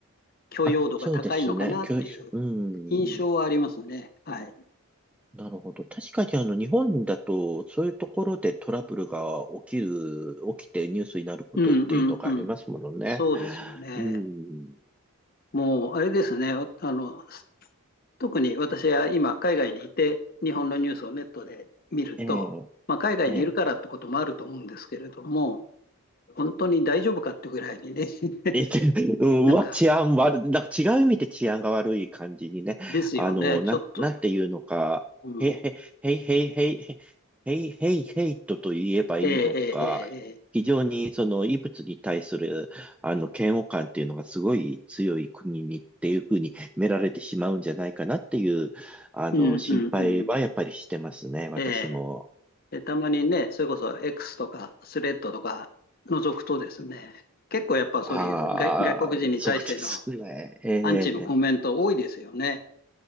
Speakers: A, on the left; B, in the centre.
A: 許容度が高いのかなっていう
B: あ、そうですね。教育、う
A: 印象はありますね。
B: ん。
A: はい。
B: なるほど。確かにあの、日本だと、そういうところでトラブルが起きる、起きてニュースになることっていうのがありますものね。
A: うんうんうん。そうですよね。
B: うん。
A: もう、あれですね。わあの、特に私は今、海外にいて、日本のニュースをネットで見ると、
B: ええ
A: まあ、海外にいるからってこともあると思うんですけれども、
B: ええ
A: 本当に大丈夫かってぐらいにね、<laughs>
B: え、てうん、
A: なんか、
B: うわ治安悪い、なんか違う意味で治安が悪い感じにね、
A: ですよね。
B: あの、な、
A: ちょっと、
B: なんていうのか、
A: うん。
B: へ、へ、へいへいへいへい、へいへいヘイトと言えばいいのか、
A: ええええええ
B: 非常にその異物に対する、あの、嫌悪感っていうのがすごい強い国にっていうふうに見られてしまうんじゃないかなっていう、あの、
A: うんうんうん。
B: 心配はやっぱりしてますね、私も。
A: ええでたまにね、それこそ X とかスレッドとか覗くとですね、結構やっぱそういう外、
B: ああ、
A: 外国人に対しての
B: そうですね。え
A: アンチのコメント多いですよね。
B: え